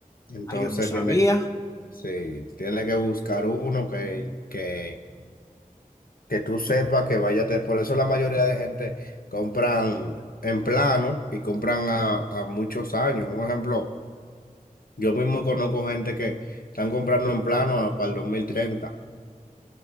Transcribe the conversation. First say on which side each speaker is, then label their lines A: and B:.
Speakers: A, on the left; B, on the left.
A: Entonces
B: Ay, yo no sabía.
A: tienes, sí, tienes que buscar uno que, que, que tú sepas que vaya a tener. Por eso la mayoría de gente compran en plano y compran a, a muchos años. Un ejemplo. Yo mismo conozco gente que están comprando en plano a- para el dos mil treinta